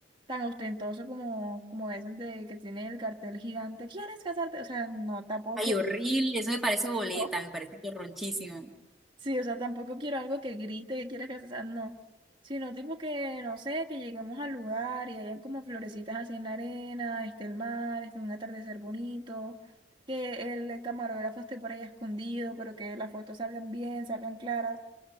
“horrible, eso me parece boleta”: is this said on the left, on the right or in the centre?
Centre